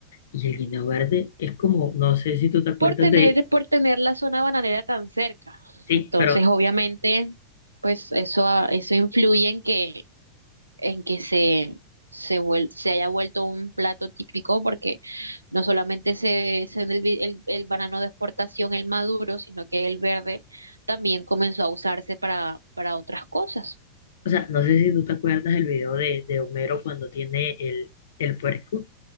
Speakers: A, on the left (about 60°); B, on the right (about 80°).
A: Y el guineo verde es como, no sé si tú te acuerdas
B: por tener,
A: de,
B: por tener la zona bananera tan cerca.
A: sí,
B: Entonces,
A: pero
B: obviamente, pues eso, a- eso influye en que, en que se, se, vuel- se haya vuelto un plato típico, porque no solamente se, se el, vi- el, el banano de exportación, el maduro, sino que el verde también comenzó a usarse para, para otras cosas. <laughs>
A: O sea, no sé si tú te acuerdas del video de, de Homero cuando tiene el, el puerco